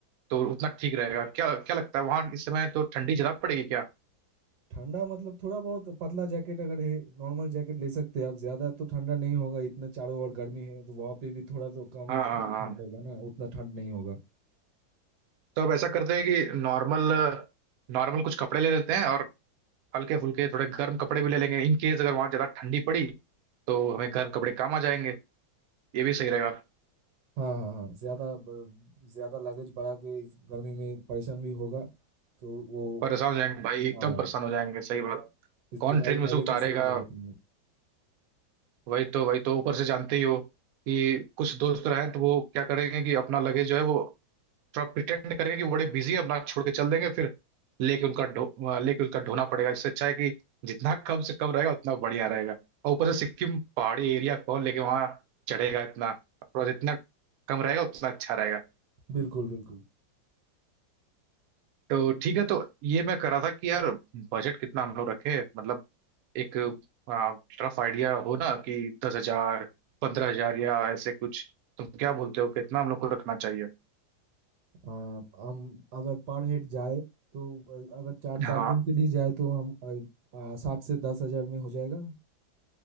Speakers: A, on the right; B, on the right.
A: तो उतना ठीक रहेगा क्या क्या लगता है वहां इस समय तो ठंडी ज्यादा पड़ेगी क्या
B: ठंडा मतलब थोड़ा बहुत पतला जैकेट अगर है नॉर्मल जैकेट ले सकते हैं आप ज्यादा तो ठंडा नहीं होगा इतना चारों ओर गर्मी है तो वहाँ पे भी थोड़ा तो कम
A: हाँ
B: कम
A: हाँ
B: ही
A: हाँ
B: ठंड होगा ना उतना ठंड नहीं होगा
A: तो अब ऐसा करते हैं कि नॉर्मल नॉर्मल कुछ कपड़े ले लेते हैं और हल्के फुल्के थोड़े गर्म कपड़े भी ले लेंगे इन केस अगर वहाँ ज़्यादा ठंडी पड़ी तो हमें गर्म कपड़े काम आ जाएंगे ये भी सही रहेगा
B: हाँ हाँ हाँ ज्यादा ब- ज्यादा लगेज बढ़ा के इस गर्मी में परेशान भी होगा तो वो
A: परेशान हो जाएंगे भाई एकदम
B: हाँ
A: परेशान हो जाएंगे सही बात
B: इसलिए
A: कौन
B: लाइट
A: ट्रेन में
B: लगेज
A: से उतारेगा
B: ही सही बोला तुमने
A: वही तो वही तो ऊपर से जानते ही हो कि कुछ दोस्त रहे हैं तो वो क्या करेंगे कि अपना लगेज जो है वो थोड़ा प्रिटेंड करेंगे कि वो बड़े बिजी है अपना छोड़ के चल देंगे फिर लेके उनका ढो अ, लेके उनका ढोना पड़ेगा इससे अच्छा है कि जितना कम से कम रहेगा उतना बढ़िया रहेगा और ऊपर से सिक्किम पहाड़ी एरिया कौन लेके वहाँ चढ़ेगा इतना थोड़ा जितना कम रहेगा उतना अच्छा रहेगा
B: बिल्कुल बिल्कुल
A: तो ठीक है तो ये मैं कह रहा था कि यार बजट कितना हम लोग रखें मतलब एक रफ आइडिया हो ना कि दस हजार पंद्रह हजार या ऐसे कुछ तुम क्या बोलते हो कितना हम लोग को रखना चाहिए
B: हाँ हम अगर पर हेड जाए तो अ, अगर चार
A: हाँ
B: चार दिन के लिए जाए तो हम अ, अ, सात से दस हजार में हो जाएगा